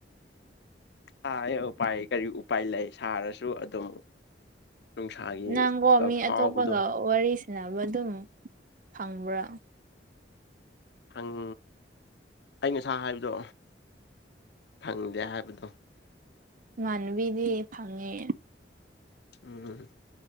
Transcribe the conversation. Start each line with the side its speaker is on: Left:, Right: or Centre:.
Left: ꯁꯥꯏꯌꯦ ꯎꯄꯥꯏ ꯀꯔꯤ ꯎꯄꯥꯏ ꯂꯩ ꯁꯥꯔꯁꯨ ꯑꯗꯨꯝ ꯅꯨꯡꯁꯥꯒꯤ
Right: ꯅꯪꯒꯣ ꯃꯤ
Left: ꯐꯥꯎꯕꯗꯣ
Right: ꯑꯇꯣꯞꯄꯒ ꯋꯥꯔꯤ ꯁꯟꯅꯕ ꯑꯗꯨꯝ ꯐꯪꯕ꯭ꯔꯥ
Left: ꯐꯪ ꯑꯩ ꯉꯁꯥ ꯍꯥꯏꯕꯗꯣ ꯐꯪꯗꯦ ꯍꯥꯏꯕꯗꯣ
Right: ꯏꯃꯥꯟꯅꯕꯤꯗꯤ ꯐꯪꯉꯦ
Left: ꯎꯝ